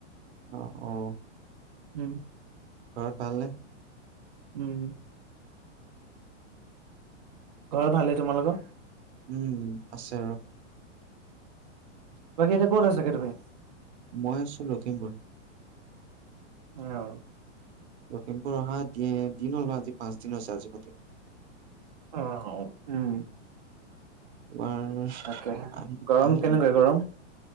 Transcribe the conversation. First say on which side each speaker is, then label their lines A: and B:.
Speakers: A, on the right; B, on the right.
A: অ' অ'
B: উম।
A: ঘৰত ভালনে?
B: উম। ঘৰত ভালেনে তোমালোকৰ?
A: উম, আছে আৰু।
B: বাকী এতিয়া ক'ত আছাগে তুমি
A: মই আছো লক্ষীমপুৰত।
B: অ'
A: লক্ষীমপুৰ অহা দিন হ'ল বা আজি পাঁচ দিন হৈছে আজি সতি।
B: অ উম।
A: তোমাৰ আ'
B: তাকেহে গৰম
A: আহিলে।
B: কেনেকুৱা গৰম